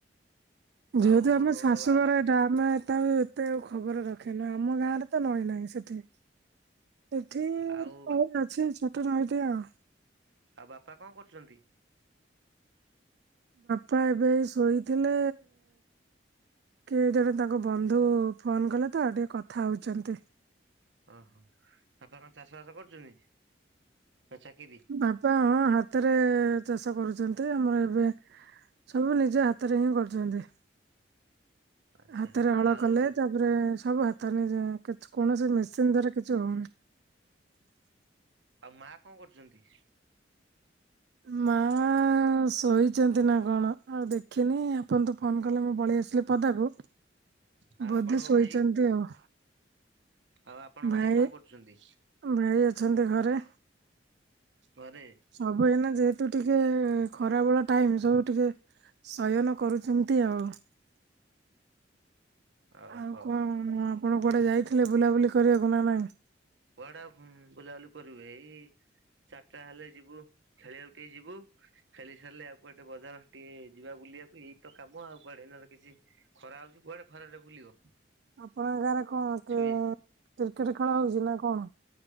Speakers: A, on the right; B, on the right.
A: ଯେହେତୁ
B: ଆଉ
A: ଆମ
B: ଆଉ
A: ଶାଶୁଘର
B: ଆଉ ବାପା
A: ଏଇଟା ଆମେ। ତା ଏତେ ଆଉ ଖବର ରଖେନୁ ଆମ ଗାଁରେ ତ ନଈ ନାହିଁ ସେଠି ଏଠି
B: ଆଉ
A: ତ କ ଅଛି ଟ ନଟ ଆଉ।
B: ଆଉ ବାପା କଣ କରୁଚନ୍ତି?
A: ପା ଏବେ ଶୋଇଥିଲେ କିଏ ଜଣେ ତାଙ୍କ ବନ୍ଧୁ ଫୋନ କଲେ ତ ଆଉ ଟିକେ କଥା ହଉଛନ୍ତି।
B: ଓହୋ ଆପଣ କଣ ଚାଷ ବାସ କରୁଛନ୍ତି। ନା ଚାକିରି
A: ବାପା ହଁ ହାତରେ ଚାଷ କରୁଛନ୍ତି ଆମର ଏବେ ସବୁ ନିଜ ହାତରେ ହିଁ କରୁଛନ୍ତି।
B: ଆଚ୍ଛା
A: ହାତରେ ହଳ
B: ଆଉ
A: କଲେ ତାପରେ ସବୁ ହାତ ତାହଲେ କୌଣସି ମେସିନ୍ ଦ୍ଵାରା କିଛି ହଉନି
B: ଆଉ ମା କଣ କରୁଛନ୍ତି?
A: ମାଁ ଆଁ ଶୋଇଛନ୍ତି ନା କଣ ଆଉ ଦେଖିନି ଆପଣ ତୁ ଫୋନ କଲେ ମୁଁ ପଳେଇ ଆସିଲି ପଦାକୁ
B: ଆଉ
A: ବଧେ
B: ଆପଣଙ୍କ
A: ଶୋଇଛନ୍ତି
B: ଭାଇ
A: ଆଉ
B: ଆଉ ଆପଣ
A: ଭାଇ
B: କଣ କରୁଛନ୍ତି
A: ଭାଇ ଅଛନ୍ତି ଘରେ।
B: ଘରେ
A: ସବୁ ଏଇନା ଯେହେତୁ ଟିକେ ଏ ଖରା ବଳ ଟାଇମ ସବୁ ଟିକେ ଶୟନ କରୁଛନ୍ତି ଆଉ
B: ଓହୋ।
A: ଆଉ କଣ ଆପଣ କୁଆଡେ ଯାଇଥିଲେ ବୁଲାବୁଲି କରିବାକୁ ନା ନାହିଁ?
B: କୁଆଡା ବୁଲାବୁଲି କରିବେ ଏଇ ଚାରିଟା ହେଲେ ଯିବୁ ଖେଳିବାକୁ ଟିକେ ଯିବୁ ଖେଳି ସାରିଲେ ଆଉ କୁଆଟେ ବଜାର ଟିକେ ଯିବାକୁ। ବୁଲିବାକୁ ଏଇତ କାମ ଆଉ କୁଆଡେ ଏ କିଛି ଖରା ହଉଛି କୁଆଡେ ଖରାରେ ବୁଲିବ।
A: ଆପଣଙ୍କ ଗାଁରେ କଣ
B: ଶୋଇ
A: କ୍ରିକେଟ ଖେଳ ହଉଛି ନା କଣ?